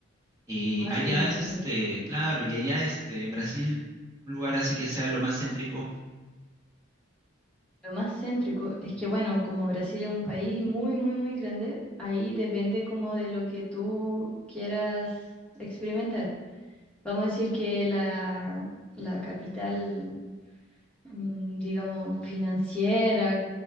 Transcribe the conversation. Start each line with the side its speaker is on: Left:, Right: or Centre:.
Right: Y
Centre: Ah,
Right: allá
Centre: qué lindo.
Right: es este, claro, y allá este, en Brasil, un lugar así que sea lo más céntrico.
Centre: Lo más céntrico es que, bueno, como Brasil es un país muy, muy, muy grande, ahí depende como de lo que tú quieras experimentar. Vamos a decir que la, la capital, mm, digamos, financiera,